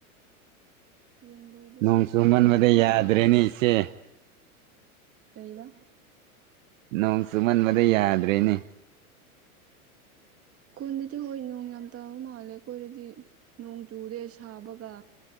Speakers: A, on the right (about 30°); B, on the right (about 60°).
A: ꯌꯦꯟ ꯂꯣꯏꯕꯁꯨ
B: ꯅꯣꯡ ꯆꯨꯃꯟꯕꯗ
A: ꯌꯥꯝ ꯍꯩꯔꯦ
B: ꯌꯥꯗ꯭ꯔꯦꯅꯦ ꯏꯆꯦ
A: ꯀꯕ
B: ꯅꯣꯡ ꯆꯨꯃꯟꯕꯗ ꯌꯥꯗ꯭ꯔꯦꯅꯦ
A: ꯈꯨꯟꯗꯗꯤ ꯍꯣꯏ ꯅꯣꯡ ꯌꯥꯝ ꯇꯥꯕ ꯃꯥꯜꯂꯦ ꯑꯩꯈꯣꯏꯗꯗꯤ ꯅꯣꯡ ꯆꯨꯗꯦ ꯁꯥꯕꯒ